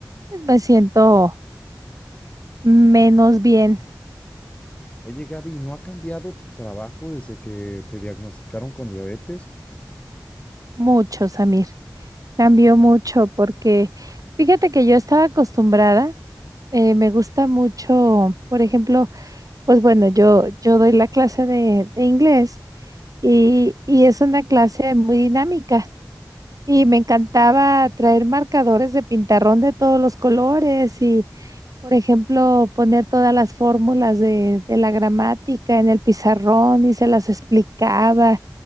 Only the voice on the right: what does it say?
me siento menos bien,
mucho, Samir. Cambió mucho porque fíjate que yo estaba acostumbrada, eh, me gusta mucho, por ejemplo, pues bueno, yo, yo doy la clase de, de inglés y, y es una clase muy dinámica. Y me encantaba traer marcadores de pintarrón de todos los colores y Por ejemplo, poner todas las fórmulas de, de la gramática en el pizarrón y se las explicaba